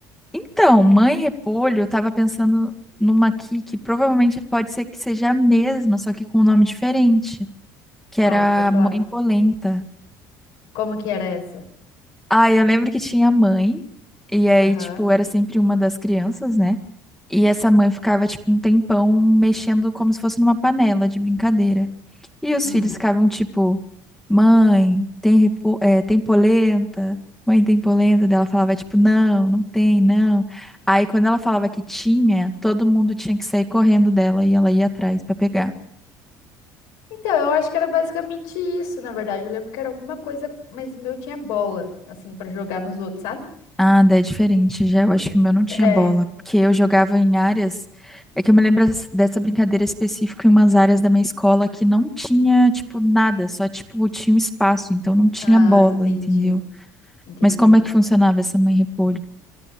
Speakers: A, in the centre; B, on the left (about 80°).
A: Então, Mãe Repolho, eu tava pensando numa aqui que provavelmente pode ser que seja a mesma, só que com um nome diferente, que
B: Qual?
A: era
B: Pode falar.
A: Mãe Polenta.
B: Como que era essa?
A: Ah, eu lembro que tinha a mãe, e aí,
B: Aham.
A: tipo, era sempre uma das crianças, né? E essa mãe ficava, tipo, um tempão mexendo como se fosse numa panela de brincadeira. E os
B: Hum.
A: filhos ficavam tipo, mãe, tem, repo- é, tem polenta? Mãe, tem polenta? Daí Ela falava tipo, não, não tem, não. Aí quando ela falava que tinha, todo mundo tinha que sair correndo dela e ela ia atrás pra pegar.
B: Então, eu acho que era basicamente isso, na verdade. Eu lembro que era alguma coisa, mas o meu tinha bola, assim, pra jogar nos outros, sabe?
A: Ah, daí é diferente, já eu acho que o meu não tinha
B: É.
A: bola, porque eu jogava em áreas, é que eu me lembro as- dessa brincadeira específica em umas áreas da minha escola que não tinha, tipo, nada, só, tipo, tinha um espaço, então não tinha
B: Ah,
A: bola,
B: entendi.
A: entendeu?
B: Entendi.
A: Mas como é que funcionava essa mãe repolho?